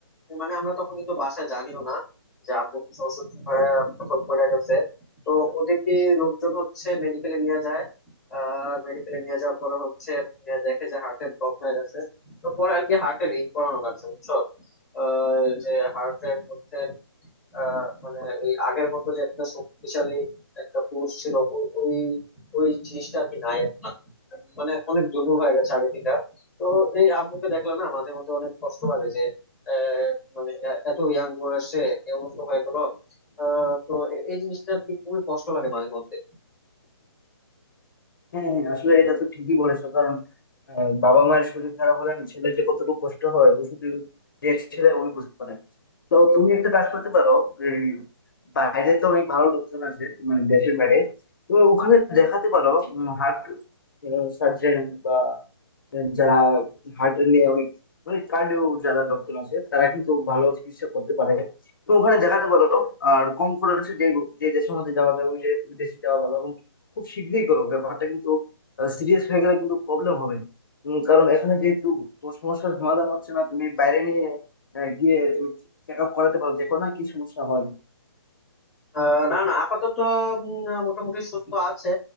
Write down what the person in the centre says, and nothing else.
মানে আমরা তখন কিন্তু বাসায় জানিও না যে আব্বু হচ্ছে অসুস্থ হয়ে কোথাও পড়ে গেছে তো ওদিকে লোকজন হচ্ছে মেডিকেলে নিয়ে যায় আহ মেডিকেলে নিয়ে যাওয়ার পরে হচ্ছে উম, দেখে যে হার্টের ব্লক হয়ে গেছে তো পরে আর কি হার্টে রিং করানো লাগছে বুঝছো আহ, যে হার্টের মধ্যে আহ, মানে ওই আগের মতো যে একটা শক্তিশালী একটা পুরুষ ছিল ও- ওই ওই জিনিসটা আর কি নাই এখন। মানে অনেক দুর্বল হয়ে গেছে আগে থেকে তো এই আব্বুকে দেখলে না মাঝে মধ্যে অনেক কষ্ট লাগে যে আহ, মানে এ- এত ইয়াং বয়সে এই অবস্থা হয়ে গেল আহ, তো এ- এই জিনিসটা আর কি খুবই কষ্ট লাগে মাঝে মধ্যে
আহ, না না আপাতত উম, মোটামুটি সুস্থ আছে